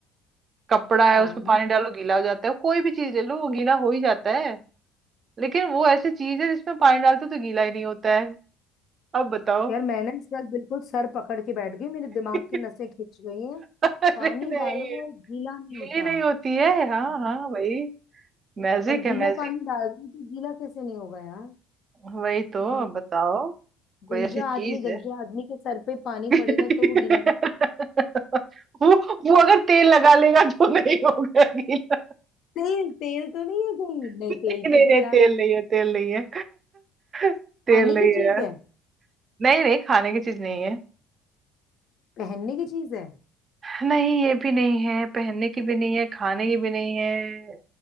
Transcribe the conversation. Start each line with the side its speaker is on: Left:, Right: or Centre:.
Right: कपड़ा है
Left: पानी
Right: उसमें पानी डालो गीला हो जाता है कोई भी चीज ले लो वो गीला हो ही जाता है लेकिन वो ऐसी चीज है जिसमें पानी डालते तो गीला ही नहीं होता है अब बताओ
Left: यार मैं ना इस बार बिल्कुल सर पकड़ के बैठ गई मेरे दिमाग
Right: <laughs>
Left: की नसें खिंच गई हैं
Right: अरे
Left: पानी
Right: नहीं
Left: डालो और गीला नहीं
Right: गीली
Left: होता
Right: नहीं होती है हाँ
Left: हाँ।
Right: हाँ वही मैजिक
Left: और गीला
Right: है मैजिक
Left: पानी डाल दूं तो गीला कैसे नहीं होगा यार
Right: वही तो
Left: आ,
Right: अब बताओ कोई
Left: गंजा
Right: ऐसी चीज
Left: आदमी गंजा
Right: है
Left: आदमी के सर पे पानी
Right: <laughs>
Left: पड़ेगा तो वो गीला नहीं
Right: वो वो
Left: <laughs>
Right: अगर तेल लगा लेगा तो नहीं होगा गीला
Left: तेल तेल तो नहीं है कहीं नहीं
Right: <laughs> नहीं
Left: तेल
Right: नहीं
Left: पे भी
Right: नहीं
Left: यार
Right: तेल नहीं है तेल नहीं है <laughs> तेल
Left: खाने
Right: नहीं
Left: की
Right: है
Left: चीज
Right: यार
Left: है
Right: नहीं नहीं खाने की चीज नहीं है
Left: पहनने की चीज है
Right: नहीं ये भी नहीं है पहनने की भी नहीं है खाने की भी नहीं है